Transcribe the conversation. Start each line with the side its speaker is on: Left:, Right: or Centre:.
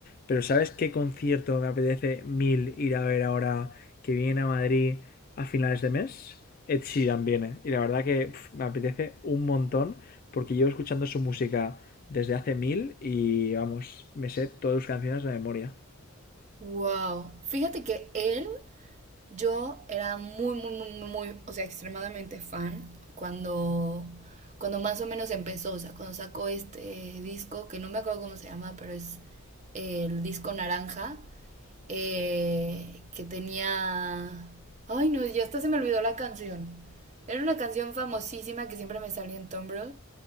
Left: Pero ¿sabes qué concierto me apetece mil ir a ver ahora que viene a Madrid a finales de mes? Ed Sheeran viene. Y la verdad que pf, me apetece un montón porque llevo escuchando su música desde hace mil y vamos, me sé todas sus canciones de memoria.
Right: Wow. Fíjate que él Yo era muy, muy, muy, muy, o sea, extremadamente fan cuando, cuando más o menos empezó, o sea, cuando sacó este eh, disco, que no me acuerdo cómo se llama, pero es eh, el disco naranja, eh, que tenía... Ay, no, ya hasta se me olvidó la canción. Era una canción famosísima que siempre me salía en Tumblr,